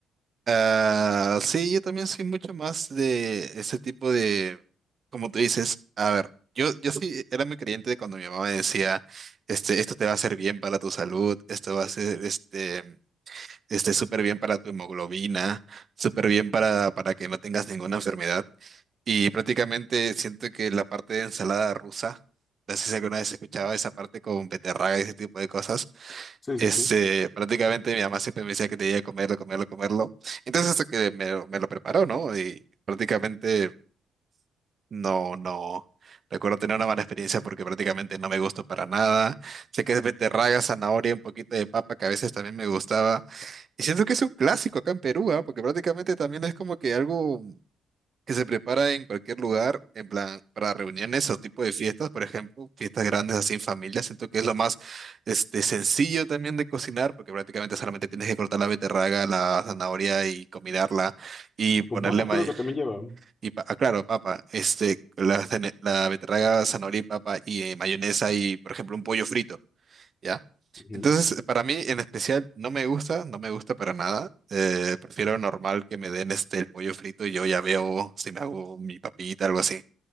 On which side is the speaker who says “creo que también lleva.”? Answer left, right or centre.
Left